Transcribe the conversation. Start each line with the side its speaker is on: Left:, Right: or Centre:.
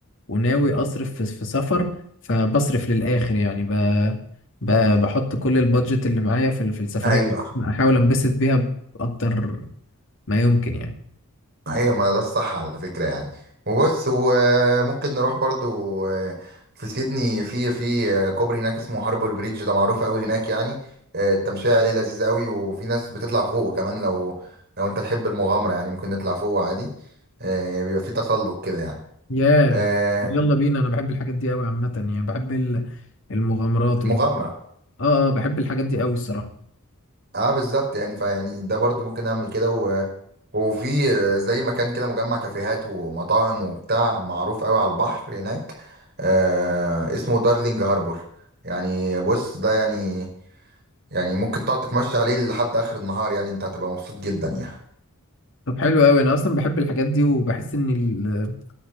Left: وناوي اصرف في في سفر فبصرف للآخر يعني ب... ب... بحط كل البادجت اللي معايا في ال- في السفرية
Right: ايوه
Left: احاول انبسط بيها بأكتر ما يمكن يعني
Right: ايوه ما ده الصح على فكرة يعني وبس وممكن نروح برضو آه، في سيدني في في آه، كوبري هناك اسمه هاربور بريدج ده معروف قوي هناك يعني آه، التمشية عليه لذيذة قوي وفي ناس بتطلع فوقه كمان لو لو انت تحب المغامرة يعني ممكن نطلع فوقه عادي آه، بيبقى في تسلق كده يعني
Left: يا
Right: آه،
Left: يلا بينا انا بحب الحاجات دي قوي عامة يعني بحب ال- المغامرات
Right: المغامرة
Left: وال... اه اه بحب الحاجات دي قوي الصراحة
Right: اه بالظبط يعني فيعني ده برضو ممكن اعمل كده و... وفي زي مكان كده مجمع كافيهات ومطاعم وبتاع معروف قوي على البحر هناك آه اسمه دارلينج هاربور يعني بص ده يعني يعني ممكن تقعد تتمشى عليه لحد اخر النهار يعني انت هتبقى مبسوط جدا يعني
Left: طب حلو قوي انا اصلا بحب الحاجات دي وبحس ان ال...